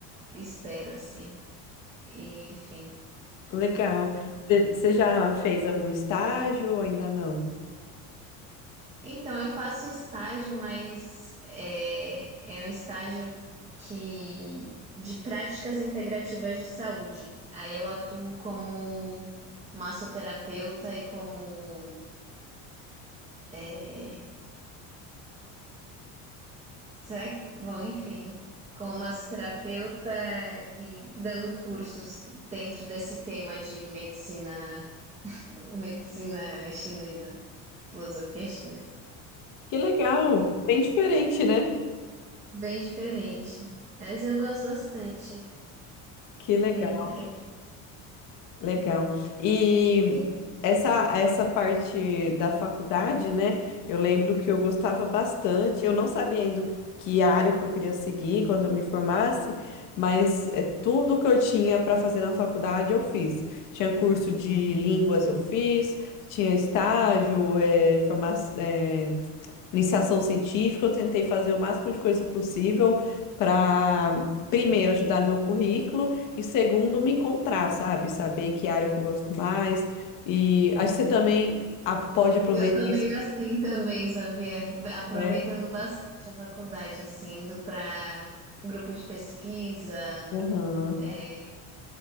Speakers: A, on the right; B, on the left.
A: espero, assim. E, enfim.
B: Legal. Você você já fez algum estágio ou ainda não?
A: Então, eu faço estágio, mas é, é um estágio que de práticas integrativas de saúde. Aí eu atuo como massoterapeuta e como é, será que, bom, enfim, como massoterapeuta e dando cursos dentro desse tema de medicina, medicina chinesa, filosofia chinesa.
B: Que legal! Bem diferente, né?
A: Bem diferente, mas eu gosto bastante.
B: Que legal.
A: É interessante.
B: Legal. E
A: E
B: essa, essa parte da faculdade, né? Eu lembro que eu gostava bastante. Eu não sabia ainda o que que área que eu queria seguir quando eu me formasse, mas é, tudo que eu tinha para fazer na faculdade eu fiz. Tinha curso de línguas eu fiz, tinha estágio, é, forma, é, iniciação científica. Eu tentei fazer o máximo de coisa possível para, primeiro, ajudar no meu currículo. E segundo, me encontrar, sabe? Saber que área que eu gosto mais. E acho que você também a- pode aproveitar
A: Eu tô meio
B: isso,
A: assim também, sabia? B- Aproveitando
B: né?
A: bastante a faculdade, assim, indo para grupo de pesquisa,
B: Aham.
A: é